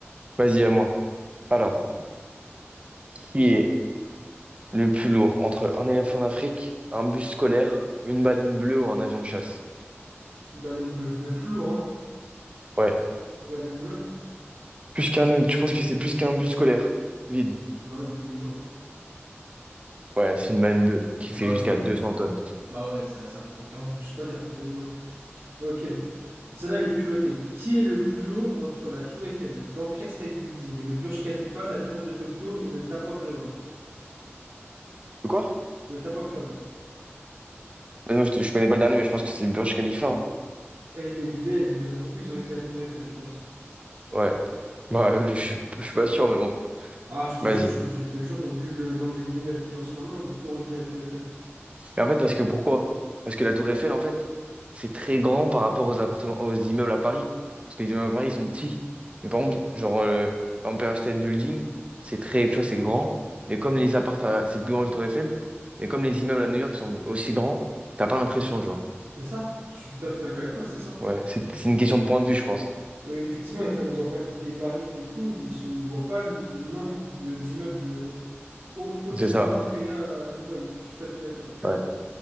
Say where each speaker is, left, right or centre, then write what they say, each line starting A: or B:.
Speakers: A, on the right; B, on the right.
A: vas-y, à moi. Alors, qui est le plus lourd entre un éléphant d'Afrique, un bus scolaire, une baleine bleue ou un avion de chasse?
B: Baleine bleue. Le plus lourd, hein.
A: Ouais.
B: Ouais, laine bleue?
A: Plus qu'un. Tu penses que c'est plus qu'un bus scolaire? Vide.
B: Bah oui, tous les jours.
A: Ouais, c'est une baleine bleue qui fait
B: Bah
A: jusqu'à
B: oui.
A: 200 tonnes.
B: Bah ouais, ça, ça prend 15 bus scolaires tous les jours. Ok. Celle-là, elle est culottée. Qui est le plus haut entre la Tour Eiffel, l'Empire State Building, le Burj Khalifa, la Tour de Tokyo et le Tapoklavon?
A: De quoi?
B: Le Tapoklavon.
A: Bah, moi, je, te- je connais pas le dernier, mais je pense que c'est le Burj Khalifa. hein.
B: Elle est belle. Il y en a beaucoup, ils auraient dit la Tour Eiffel, je pense.
A: Ouais. Bah, euh, je, suis- je suis pas sûr, mais bon.
B: Ah, je te
A: Vas-y.
B: jure, je, je te jure, vu le nombre de guignols qu'il y a en ce moment, beaucoup auraient dit la Tour Eiffel.
A: Mais en fait, parce que pourquoi? Parce que la Tour Eiffel, en fait, c'est très grand par rapport aux appartements, aux immeubles à Paris. Parce que les immeubles à Paris, ils sont petits. Mais par contre, genre, euh, l'Empire State Building, c'est très, tu vois, c'est grand. Mais comme les appartements, c'est plus grand que la Tour Eiffel. Mais comme les immeubles à New York, ils sont aussi grands, t'as pas l'impression, tu vois.
B: C'est ça. Je suis tout à fait d'accord avec toi, c'est ça.
A: Ouais, c'est c'est une question de point de vue, je pense.
B: Et euh, effectivement, et comme ils n'ont pas quitté Paris et tout, ils se- ils voient pas le nombre de d'immeubles haut, haut de
A: C'est
B: standard
A: ça.
B: qu'il y a à Dubaï. Je suis tout à fait d'accord.
A: Ouais.